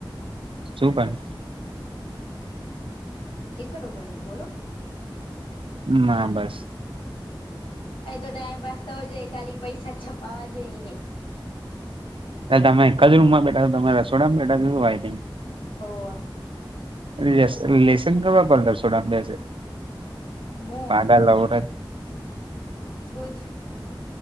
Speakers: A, on the right (about 85°); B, on the left (about 85°).
A: શું પણ?
B: જી કરો ભાઈ બોલો
A: ના બસ
B: કઈ તો ટાઈમ પાસ થવો જોઈએ ખાલી પૈસા છપાવા જોઈએ.
A: તમે એક જ રૂમમાં બેઠા છો, તમે રસોડામાં બેઠા છો <unintelligible>
B: હોવા.
A: વેસણ લેસન કરવા કોણ રસોડામાં બેસે?
B: મુ
A: પાગા લવરત
B: છુંજ